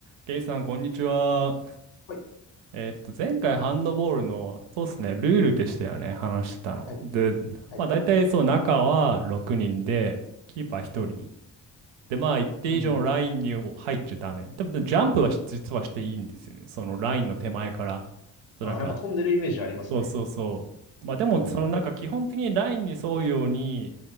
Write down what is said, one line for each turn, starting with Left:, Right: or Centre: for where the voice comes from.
Right: ケイさん、こんにちは。
Left: はい、
Right: えーっと、前回ハンドボールの、そうですね、ルールでしたよね、話してたの。
Left: はい、
Right: で、
Left: はい、
Right: まあ大体そう、中は6人で、キーパー1人。
Left: はい。
Right: で、まあ一定以上のラインに入っちゃダメ。
Left: うん。
Right: でも、ジャンプはし実はしていいんですよね。そのラインの手前から。そう、
Left: ああ、
Right: なんか、
Left: なんか飛んでるイメージありますね。
Right: そうそうそう。まあでも、
Left: はい、
Right: そのなんか基本的にラインに沿うように、
Left: はい、